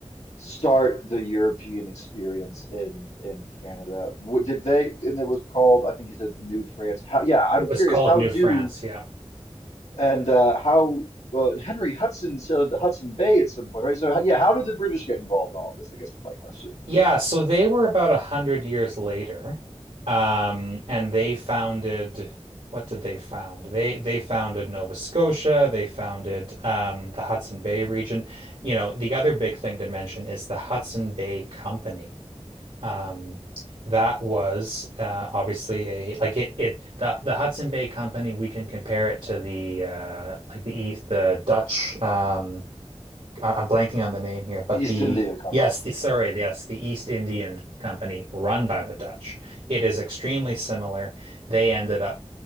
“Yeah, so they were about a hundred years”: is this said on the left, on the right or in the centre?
Right